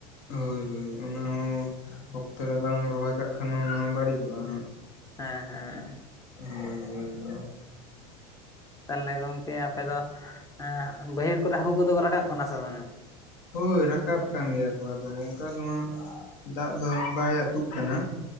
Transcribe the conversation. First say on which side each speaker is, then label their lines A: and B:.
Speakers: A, on the left; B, on the left.
A: ᱦᱳᱭ ᱦᱳᱭ ᱚᱱᱟ ᱦᱚᱸ ᱚᱠᱛᱚ ᱨᱮ ᱵᱟᱝ ᱨᱚᱦᱚᱭ ᱠᱟᱜ ᱠᱷᱟᱱ ᱚᱱᱟ ᱦᱚᱸ ᱵᱟᱹᱲᱤᱡᱚᱜ-ᱟ ᱦᱟᱸᱜ ᱾
B: ᱦᱮᱸ ᱦᱮᱸ᱾
A: <unintelligible>
B: ᱛᱟᱦᱚᱞᱮ ᱜᱚᱝᱠᱮ ᱟᱯᱮ ᱫᱚ ᱮᱸ ᱵᱟᱹᱭᱦᱟᱹᱲ ᱠᱚᱨᱮ ᱦᱟᱹᱠᱩ ᱠᱚᱫᱚ ᱠᱚ ᱨᱟᱠᱟᱵ ᱠᱟᱱᱟ ᱥᱮ ᱵᱟᱝ-ᱟ᱾
A: ᱦᱳᱭ ᱨᱟᱠᱟᱵ ᱠᱟᱱ ᱜᱮᱭᱟ ᱠᱚ ᱟᱫᱚ ᱚᱱᱠᱟ ᱱᱚᱣᱟ ᱫᱟᱜ ᱫᱚ ᱵᱟᱭ ᱟᱛᱩᱜ ᱠᱟᱱᱟ᱾